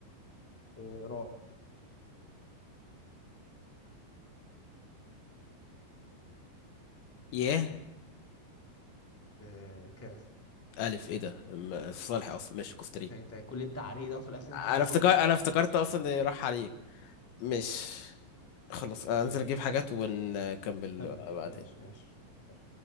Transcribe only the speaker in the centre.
آه، راء
آه، كاف
يعني انت كل التعريق ده وفي الاخر انت
الكسبان
اصلا
آه،
كمل
ماشي ماشي ماشي.